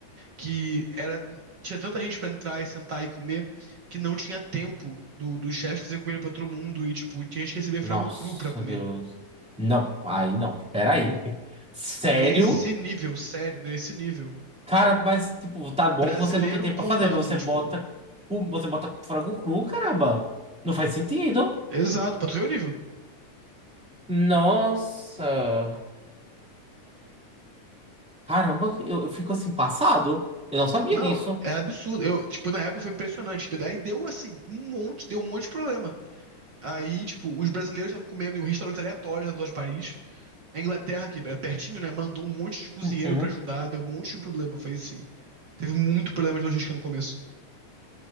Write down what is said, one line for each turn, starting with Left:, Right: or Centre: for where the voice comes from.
Right: que era tinha tanta gente pra entrar e sentar e comer que não tinha tempo do, do chefe fazer comida pra todo mundo e, tipo, tinha gente que recebia frango
Centre: nossa,
Right: cru pra comer.
Centre: Deus. Não, aí não. Peraí. Sério?
Right: Nesse nível, sério, nesse nível.
Centre: Cara, mas, tipo, tá bom
Right: Brasileiro
Centre: que você não tem tempo
Right: contando,
Centre: pra fazer, mas você
Right: tipo,
Centre: bota, cu- você bota frango cru, caramba. Não faz sentido.
Right: exato, pra tu ver o nível.
Centre: Nossa. Caramba, eu, eu fico assim, passado. Eu não sabia
Right: Não,
Centre: disso.
Right: é absurdo. Eu, tipo, na época foi impressionante. Daí deu assim, um monte, deu um monte de problema. Aí, tipo, os brasileiros estavam comendo em um restaurante aleatório da Loja de Paris. A Inglaterra, que é pertinho, né? Mandou um monte de cozinheiro
Centre: Uhum.
Right: pra ajudar, deu um monte de problema. Foi assim. Teve muito problema de logística no começo.